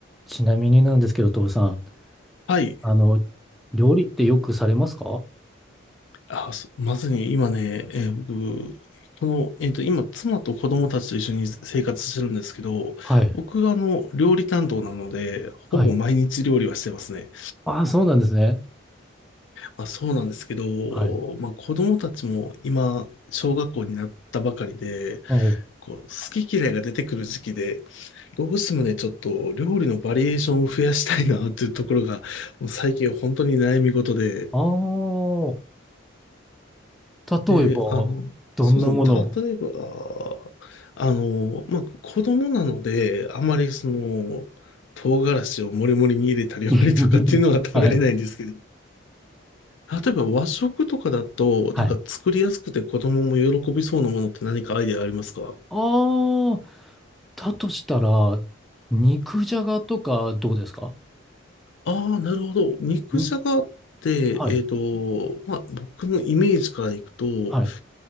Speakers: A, in the centre; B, on the left.
A: ちなみになんですけど、徹さん、
B: はい。
A: あの、料理ってよくされますか
B: あ、そまずに今ね、えー僕、この、えっと、今、妻と子供たちと一緒に生活してるんですけど、
A: はい。
B: 僕があの、料理担当なので、ほぼ毎日料理はしてますね。
A: はい。ああ、そうなんですね。
B: まあ、そうなんですけど、
A: はい。
B: まあ、子供たちも今、小学校になったばかりで、
A: お
B: こう、好き嫌いが出てくる時期で、どうしてもね、ちょっと料理のバリエーションを増やしたいなっていうところが、もう最近本当に悩み事で、
A: ああー、
B: で、
A: 例えば、
B: あの、
A: どんなものを
B: そうですね。例えば、あの、まあ、子供なので、あまりその、唐辛子をもりもりに入れたり割りとかっていうのは食べれないんですけど、
A: <laughs> はい。
B: 例えば和食とかだと、
A: はい。
B: なんか作りやすくて子供も喜びそうなものって何かアイデアありますか
A: ああ、だとしたら、肉じゃがとかどうですか
B: ああ、なるほど。肉じゃがって、
A: に、はい。
B: えっと、まあ、僕のイメージからいくと、
A: はい。